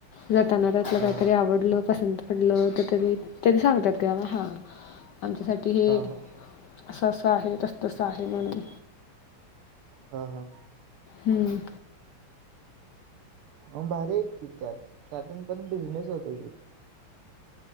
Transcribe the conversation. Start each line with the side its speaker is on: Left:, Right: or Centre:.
Left: जाताना त्यातलं
Right: हा
Left: काहीतरी आवडलं, पसंत पडलं तर तरी तेनी सांगत्यात की बाबा हा आमच्यासाठी हे
Right: हा हा
Left: असं असं आहे तस तसं आहे म्हणून.
Right: हा हा.
Left: हम्म.
Right: अम भारी आहे की त्यात त्यातून पण बिझनेस होतो की.